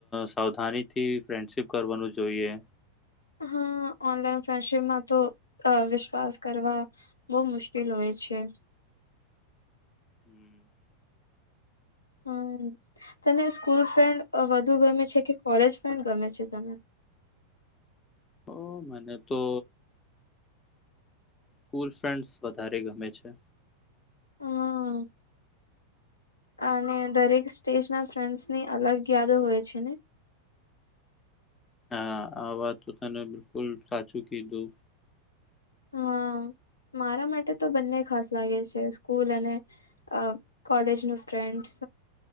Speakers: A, on the left; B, on the left.
A: સાવધાનીથી ફ્રેન્ડશીપ કરવાનું જોઈએ
B: હા ઓનલાઈન ફ્રેન્ડશીપમાં તો વિશ્વાસ કરવા બહુ મુશ્કેલ હોય છે.
A: હમ
B: હમ તને સ્કૂલ ફ્રેન્ડ વધુ ગમે છે કે કોલેજ ફ્રેન્ડ ગમે છે તમે
A: ઓ મને તો સ્કૂલ ફ્રેન્ડ્સ વધારે ગમે છે.
B: હમ અને દરેક સ્ટેજ ના ફ્રેન્ડ્સ ની અલગ યાદો હોય છે ને
A: હા આ વાત તો તને બિલકુલ સાચું કીધું
B: હા મારા માટે તો બંને ખાસ લાગે છે સ્કૂલ અને અ કોલેજ ન ફ્રેન્ડસ